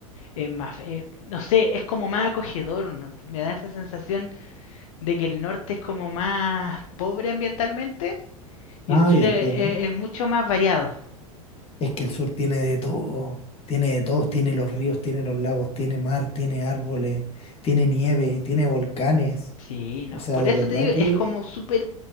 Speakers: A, on the left (about 65°); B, on the left (about 30°).
A: es más, eh, no sé, es como más acogedor, ¿no? me da esa sensación de que el norte es como más pobre ambientalmente y
B: Ah,
A: el sur
B: ya entiendo.
A: es, es- es mucho más variado.
B: Es que el sur tiene de todo, tiene de todo, tiene los ríos, tiene los lagos, tiene mar, tiene árboles, tiene nieve, tiene volcanes.
A: Sí, ¿no?
B: O sea,
A: Por
B: de
A: eso
B: verdad
A: te digo,
B: que
A: es como súper,